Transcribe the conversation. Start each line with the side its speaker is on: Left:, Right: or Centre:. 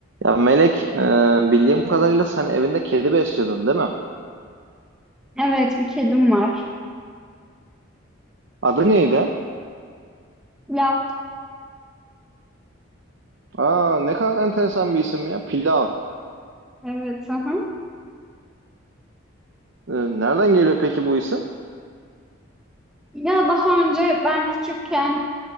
Right: Ya Melek, e, bildiğim kadarıyla sen evinde kedi besliyordun değil mi?
Centre: Evet, bir kedim var.
Right: Adı neydi?
Centre: Lav.
Right: Aa, ne kadar enteresan bir isim ya. Pilav.
Centre: Evet, aha.
Right: E, nereden geliyor peki bu isim?
Centre: Ya daha önce ben küçükken